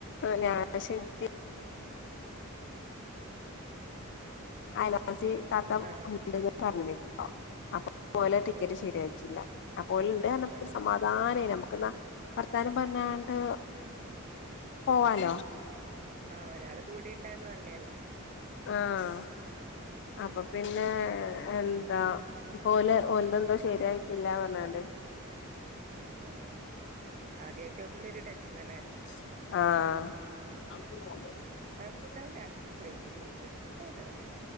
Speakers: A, on the left; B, on the right.
A: ഞ ശ <inaudible> അയലാസി താത്ത
B: ആ
A: ഉണ്ടെന്ന് പറഞ്ഞ്ട്ടോ അപ്പ ഓലെ ടിക്കറ്റ്
B: ഓ
A: ശരിയായിറ്റില്ല അപ്പ ഓല്ണ്ട് അറ്ഞ്ഞപ്പം
B: ആണോ
A: ഒരു സമാധാനേന് അപ്പൊ ക്ക്ന്നാ വർത്താനം പറഞ്ഞാണ്ട് പോവാലോ
B: ആഹ് ഒരാള് കൂടെണ്ടായ്ര്ന്നാ നല്ലെയല്ലേ
A: ആഹ അപ്പൊ
B: ഉം
A: പിന്നെ എന്താ ഓല് ഓലതെന്തോ ശരിയായിട്ടില്ല പറഞ്ഞാണ്ട്
B: ആഹ ആദ്യായ്ട്ടാവുമ്പൊള്ളോരു ടെൻഷന ല്ലേ
A: ആഹ്
B: ആ ദുഖാർക്കുണ്ടാവൂല്ല ഫ്ലൈറ്റിലൊന്നും പ്രശ്നണ്ടാവൂല്ലല്ലോ